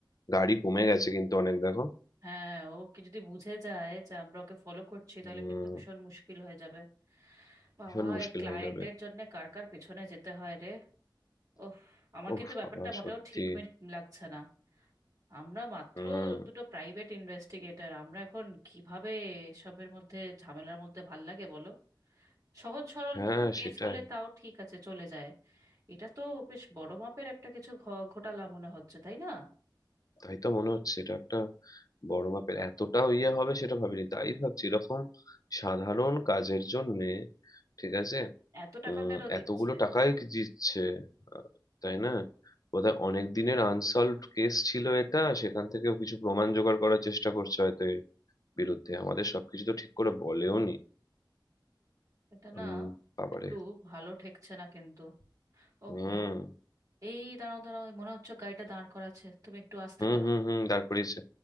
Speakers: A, on the left; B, on the right.
A: গাড়ি কমে গেছে কিন্তু অনেক দেখো
B: হ্যাঁ ও কি যদি বুঝে যায় যে আমরা ওকে ফলো করছি তাহলে
A: হুম
B: কিন্তু ভীষণ মুশকিল হয়ে যাবে বাবা
A: ভীষণ মুশকিল
B: এই ক্লায়েন্টের
A: হয়ে যাবে
B: জন্য কার কার পেছনে যেতে হয় রে ওফ আমার
A: ওহ
B: কিন্তু ব্যাপারটা
A: বাবা
B: মোটেও
A: সত্যি
B: ঠিক মিল- লাগছে না আমরা মাত্র
A: হুম
B: দুটো প্রাইভেট ইনভেস্টিগেটর আমরা এখন কিভাবে এসবের মধ্যে ঝামেলার মধ্যে ভাল লাগে বলো সহজ সরল
A: হ্যাঁ
B: একটু কেস
A: সেটাই
B: হলে তাও ঠিক আছে চলে যায় এটা তো বেশ বড় মাপের একটা কিছু ঘ- ঘোটালা মনে হচ্ছে তাই না
A: তাই তো মনে হচ্ছে এটা একটা বড় মাপের এতটা ইয়ে হবে সেটা ভাবিনি তাই ভাবছি এরকম সাধারণ কাজের জন্যে ঠিক আছে
B: এত টাকা
A: উম
B: কেন দিচ্ছে
A: এতগুলো টাকাই কি দিচ্ছে আহ, তাই না বোধহয় অনেক দিনের আনসলভড কেস ছিল এটা সেখান থেকেও কিছু প্রমাণ জোগাড় করার চেষ্টা করছে হয়তো এর বিরুদ্ধে আমাদের সবকিছু তো ঠিক করে বলেও নি
B: এটা না
A: উম, বাবারে
B: একটু ভালো ঠেকছে না কিন্তু ওহো
A: হুম
B: এই দাঁড়াও দাঁড়াও এই মনে হচ্ছে গাড়িটা দাঁড় করাচ্ছে তুমি একটু আস্তে
A: হুম
B: করো
A: হুম হুম দাঁড় করিয়েছে